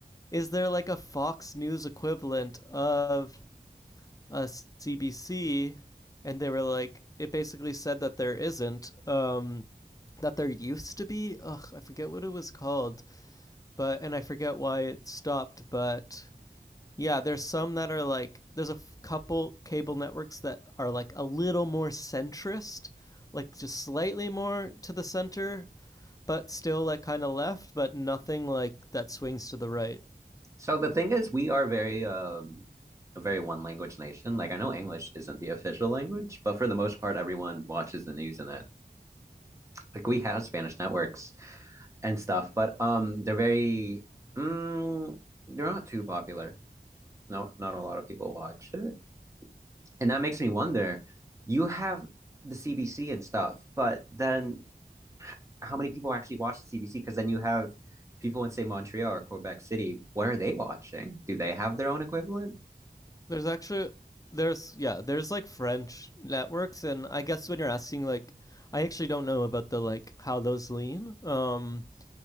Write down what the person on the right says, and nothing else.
So the thing is, we are very um a very one language nation. Like I know English isn't the official language, but for the most part, everyone watches the news in it. Like we have Spanish networks and stuff, but um, they're very mm, they're not too popular. not not a lot of people watch it. And that makes me wonder, you have the CBC and stuff, but then how many people actually watch the CBC? Because then you have people in say Montreal or Quebec City. What are they watching? Do they have their own equivalent?